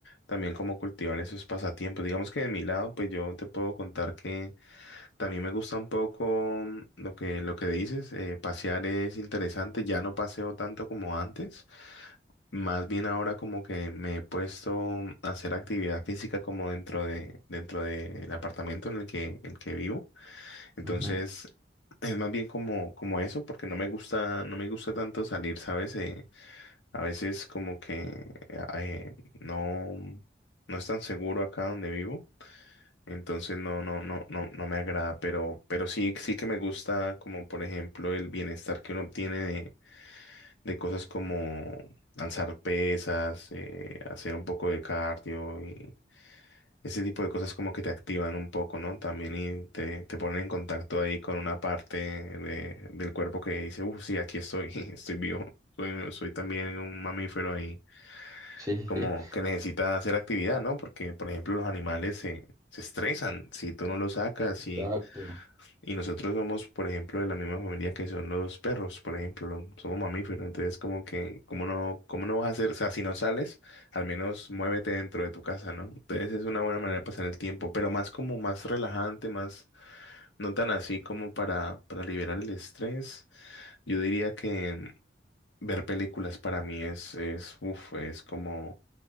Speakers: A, on the left; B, on the right.
A: también como cultivar esos pasatiempos. Digamos que de mi lado, pues yo te puedo contar que... También me gusta un poco mm, lo que, lo que dices, eh, pasear es interesante, ya no paseo tanto como antes, más bien ahora como que me he puesto mm, a hacer actividad física como dentro de, dentro del apartamento en el que, en el que vivo, entonces
B: Ujú.
A: es más bien como, como eso, porque no me gusta, no me gusta tanto salir, ¿sabes? Eh, a veces como que eh, no, no es tan seguro acá donde vivo. Entonces no, no, no, no, no me agrada, pero, pero sí, sí que me gusta como por ejemplo el bienestar que uno obtiene de, de cosas como alzar pesas, eh, hacer un poco de cardio y ese tipo de cosas como que te activan un poco, ¿no? También y te, te ponen en contacto ahí con una parte de, del cuerpo que dice, uff, sí, aquí estoy, <laughs> estoy vivo, soy, soy también un mamífero ahí,
B: Sí,
A: como
B: <laughs>
A: que necesita hacer actividad, ¿no? Porque por ejemplo los animales se se estresan si tú no los sacas si
B: exacto.
A: y nosotros somos, por ejemplo, de la misma familia que son los perros, por ejemplo, lo- somos mamíferos, entonces como que, ¿cómo no, cómo no vas a hacer? O sea, si no sales, al menos muévete dentro de tu casa, ¿no? Entonces es una buena manera de pasar el tiempo, pero más como más relajante, más, no tan así como para, para liberar el estrés. Yo diría que ver películas para mí es, es, uf, es como